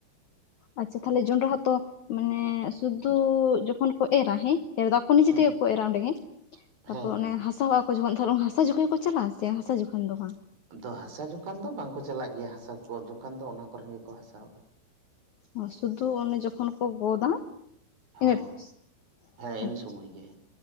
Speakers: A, on the left; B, on the right.
A: ᱟᱪᱪᱷᱟ ᱛᱟᱦᱞᱮ ᱡᱚᱸᱱᱰᱨᱟ ᱦᱚᱸᱛᱚ ᱢᱟᱱᱮ ᱥᱩᱫᱩ ᱡᱚᱠᱷᱚᱱ ᱠᱚ ᱮᱨᱟ ᱦᱮᱸ᱾ ᱮᱨ ᱫᱚ ᱟᱠᱚ ᱱᱤᱡᱮ
B: ᱦᱮᱸ
A: ᱛᱮᱜᱮ ᱠᱚ ᱮᱨᱟ ᱚᱸᱰᱮᱜᱮ ᱛᱟᱯᱚᱨ
B: ᱦᱮᱸ ᱦᱮᱸ
A: ᱚᱱᱮ ᱦᱟᱥᱟᱣᱟᱜ-ᱟ ᱠᱚ ᱡᱚᱠᱷᱚᱱ ᱫᱷᱚᱨᱚᱱ ᱦᱟᱥᱟ ᱡᱚᱠᱷᱚᱡ ᱠᱚ ᱪᱟᱞᱟᱜᱼᱟ ᱥᱮ ᱦᱟᱥᱟ ᱡᱚᱠᱷᱚᱱ ᱫᱚ ᱵᱟᱝ᱾
B: ᱟᱫᱚ ᱦᱟᱥᱟ ᱡᱚᱠᱷᱚᱱ ᱫᱚ ᱵᱟᱝᱠᱚ ᱪᱟᱞᱟᱜ ᱜᱮᱭᱟ ᱦᱟᱥᱟ ᱠᱚ ᱡᱚᱠᱷᱚᱱ ᱫᱚ ᱚᱱᱟ ᱠᱚᱨᱮᱱ ᱜᱮᱠᱚ ᱦᱟᱥᱟᱣᱟᱜᱼᱟ᱾
A: ᱚ ᱥᱩᱫᱷᱩ ᱚᱱᱮ ᱡᱚᱠᱷᱚᱱ ᱠᱚ ᱜᱚᱫᱟ
B: ᱦᱚᱸ
A: <unintelligible>
B: ᱦᱮᱸ ᱮᱢ
A: ᱟᱪᱷᱷᱟ
B: ᱥᱚᱢᱚᱭ ᱜᱮ,